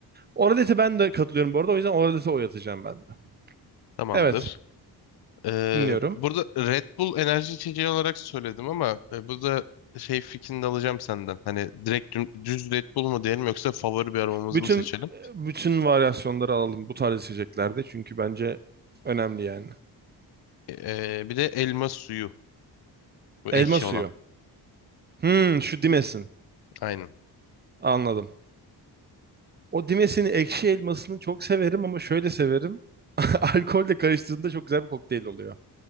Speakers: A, on the right; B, on the left.
A: Oralete ben de katılıyorum bu arada. O yüzden oralete oy atacağım ben de.
B: Tamamdır.
A: Evet.
B: Ee,
A: Dinliyorum.
B: burada Red Bull enerji içeceği olarak söyledim ama e, burada şey fikrini de alacağım senden. Hani direkt düm- düz Red Bull mu diyelim yoksa favori bir aromamızı
A: Bütün
B: mı seçelim?
A: bütün varyasyonları alalım bu tarz içeceklerde. Çünkü bence önemli yani.
B: Ee, bir de elma suyu. Bu ekşi
A: Elma suyu.
B: olan.
A: Hmm, şu dimesin.
B: Aynen.
A: Anladım. O Dimes'in ekşi elmasını çok severim ama şöyle severim. <laughs> Alkolle karıştığında çok güzel bir kokteyl oluyor.